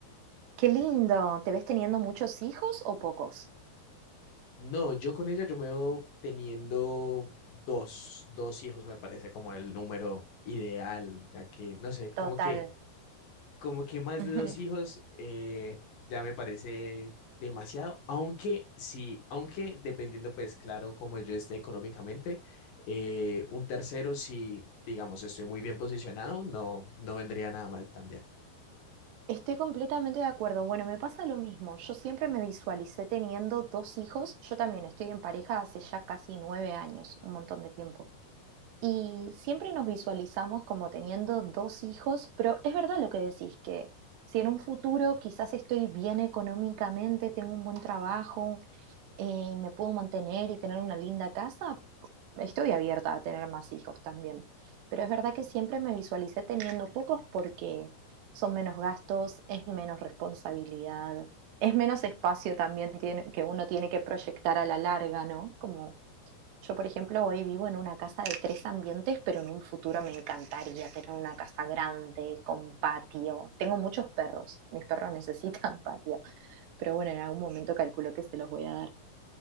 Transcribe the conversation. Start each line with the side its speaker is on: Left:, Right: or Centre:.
Right: Qué lindo. ¿Te ves teniendo muchos hijos o pocos?
Left: No, yo con ella yo me veo teniendo dos, dos hijos me parece como el número ideal, ya que, no sé, como
Right: Total.
Left: que, como que más
Right: <laughs> Ujú.
Left: de dos hijos eh, ya me parece demasiado, aunque sí, aunque dependiendo pues claro como yo esté económicamente, eh, un tercero si digamos estoy muy bien posicionado, no, no vendría nada mal también.
Right: Estoy completamente de acuerdo. Bueno, me pasa lo mismo. Yo siempre me visualicé teniendo dos hijos. Yo también estoy en pareja hace ya casi nueve años, un montón de tiempo. Y siempre nos visualizamos como teniendo dos hijos, pero es verdad lo que decís, que si en un futuro quizás estoy bien económicamente, tengo un buen trabajo, eh, me puedo mantener y tener una linda casa, estoy abierta a tener más hijos también, pero es verdad que siempre me visualicé teniendo pocos porque son menos gastos, es menos responsabilidad, es menos espacio también tiene, que uno tiene que proyectar a la larga, ¿no? Como yo, por ejemplo, hoy vivo en una casa de tres ambientes, pero en un futuro me encantaría tener una casa grande, con patio. Tengo muchos perros, mis perros <laughs> necesitan patio, pero bueno, en algún momento calculo que se los voy a dar.